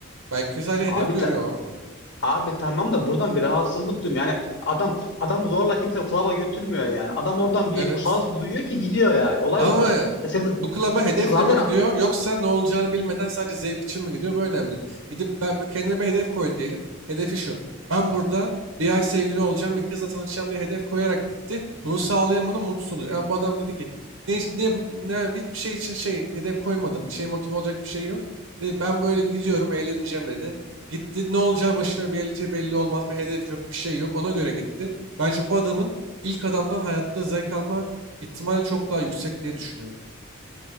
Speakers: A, on the right (about 80°); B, on the left (about 55°).
A: Belki sadece
B: Abi
A: hedef görüyor
B: ta-
A: onu.
B: Abi tamam da buradan bir rahatsızlık duymuyor. Yani adam adam zorla kimse klaba götürmüyor yani. Adam oradan bir
A: Evet.
B: haz duyuyor ki gidiyor yani. Olay
A: Ama
B: o zaten. Ya sen de
A: bu klaba hedefle
B: zaten
A: mi gidiyor yoksa ne olacağını bilmeden sadece zevk için mi gidiyor? Bu önemli. Gidip ben kendine bir hedef koy diyelim. Hedefi şu. Ben burada bir ay sevgili olacağım, bir kızla tanışacağım diye hedef koyarak gitti. Bunu sağlayamadı, mutsuz oluyor. Yani bu adam dedi ki ne, iş- ne, yapıp- ne yani hiçbir şey için şey hedef koymadım. Bir şey motive olacak bir şey yok. Dedi, ben böyle gidiyorum, eğleneceğim dedi. Gitti ne olacağı başına geleceği belli olmaz. Bir hedef yok, bir şey yok. Ona göre gitti. Bence bu adamın ilk adamdan hayatta zevk alma ihtimal çok daha yüksek diye düşünüyorum.